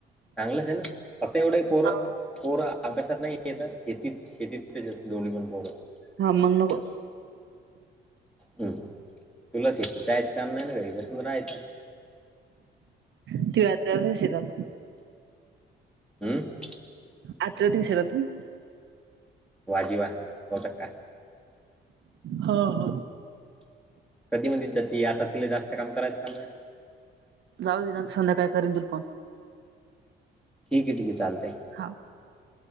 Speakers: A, in the centre; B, on the right.
A: चांगलंच आहे ना फक्त एवढं पोर
B: हो
A: पोरं अभ्यासात नाही येत. शेतीत शेतीत लोणी पण पोरत.
B: हा मग नको
A: हम्म तुला श जायचं काम नाही ना घरी बसून राहायचं.
B: हो दिसात-
A: हम्म.
B: आज त शला तु्ही
A: वाजवा स टका
B: ह ह.
A: कधी म्हध जात आता तिला जास्त काम करायचं काम नाही.
B: जाऊ दे त्यां संध्या काय करेन त पण.
A: ठीक आहे ठीक चालत आहे.
B: हा.